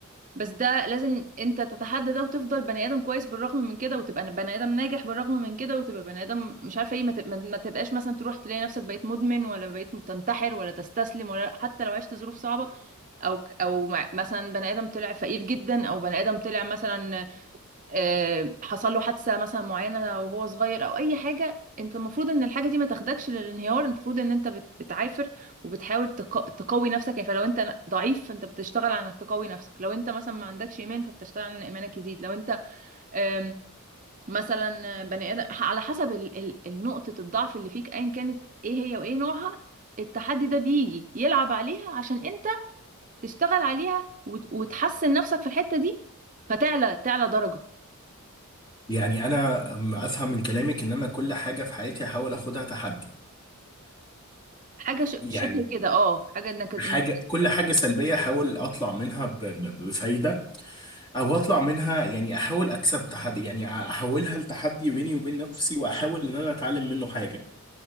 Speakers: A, on the right (about 35°); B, on the left (about 20°).
A: بس ده لازم انت تتحدى ده وتفضل بني ادم كويس بالرغم من كده وتبقى بني ادم ناجح بالرغم من كده وتبقى بني ادم مش عارفه ايه ما تب- ما- ما تبقاش مثلا تروح تلاقي نفسك بقيت مدمن ولا بقيت تنتحر ولا تستسلم ولا حتى لو عشت ظروف صعبه او او مع- مثلا بني ادم طلع فقير جدا او بني ادم طلع مثلا آه، حصل له حادثة مثلا معينة وهو صغير او اي حاجة انت المفروض ان الحاجة دي ما تاخدكش للانهيار انت المفروض ان انت بت- بتعافر وبتحاول تق- تقوي نفسك يعني فلو انت ن- ضعيف فانت بتشتغل على انك تقوي نفسك لو انت مثلا ما عندكش ايمان فبتشتغل على ان ايمانك يزيد لو انت آم، مثلا بني ادم ح- على حسب ال- ال- النقطة الضعف اللي فيك ايا كانت ايه هي وايه نوعها التحدي ده بيجي يلعب عليها عشان انت تشتغل عليها وت- وتحسن نفسك في الحتة دي فتعلى تعلى درجة
B: يعني انا أم- افهم من كلامك ان انا كل حاجه في حياتي احاول اخدها تحدي
A: حاجه ش-
B: يعني
A: شبه كده اه حاجه انك انك
B: حاجة كل حاجة سلبية أحاول أطلع منها ب- ب- بفايدة أو أطلع منها يعني أحاول أكسب تحدي يعني أحولها لتحدي بيني وبين نفسي وأحاول إن أنا أتعلم منه حاجة